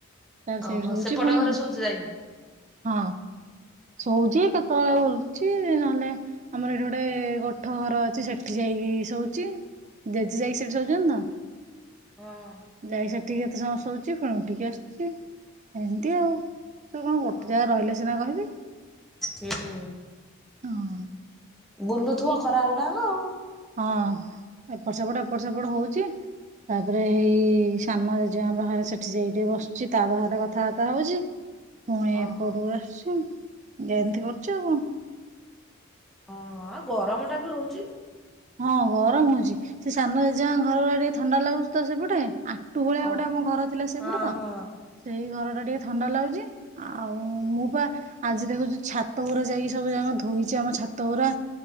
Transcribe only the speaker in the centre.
ଓହୋ
ସେପଟ
ଘରେ ଶୋଉଛି ଯାଇକି।
ଓହୋ ହଁ
ଓହୋ
ହୁଁ।
ବୁଲୁଥିବ ଖରା ଆଳ ଟାଙ୍କ ଆଉ।
ଓହୋ
ହଁ
ହଁ ଆଉ ଗରମ ଟା ବି ହଉଛି।
ଓ
ହଁ
ହଁ